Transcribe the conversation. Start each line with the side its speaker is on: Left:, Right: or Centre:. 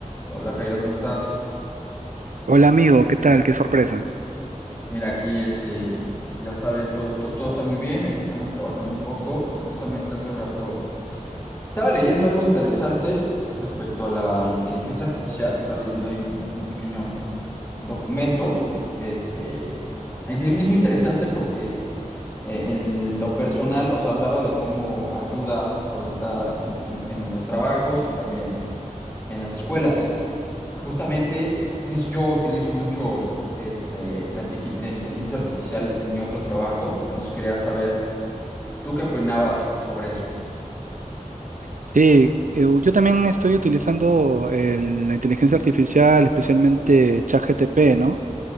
Left: Hola Jairo, ¿cómo estás?
Right: Hola amigo, ¿qué tal? Qué sorpresa.
Left: Mira, aquí este, ya sabes, todo, to- todo está muy bien, aquí estamos trabajando un poco y justamente hace rato estaba leyendo algo interesante respecto a la inteligencia artificial, estaba leyendo ahí un, un pequeño documento, este, es el mismo interesante porque eh, en lo personal, os hablaba de cómo ayuda ahorita en en- en los trabajos y también en las escuelas. Y justamente, pues yo utilizo mucho este, la, inteligen- la inteligencia artificial en mi otro trabajo, entonces quería saber, ¿tú qué opinabas sobre eso?
Right: Sí, eh, yo también estoy utilizando el- la inteligencia artificial, especialmente ChatGPT, ¿no?